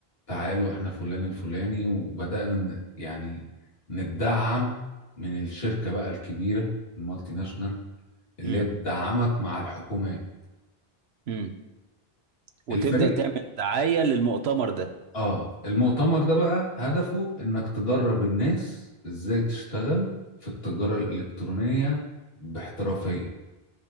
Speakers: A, on the left (about 70°); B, on the right (about 80°).
A: تعالوا احنا فلان الفلاني وبدأنا ن- يعني نتدعم من الشركة بقى الكبيرة المالتي ناشونال اللي
B: امم
A: هي بتدعمك مع الحكومات
B: امم وتبدأ
A: الفريق
B: تعمل دعاية للمؤتمر ده
A: اه المؤتمر ده بقى هدفه انك تدرب الناس ازاي تشتغل في التجارة الإلكترونية باحترافية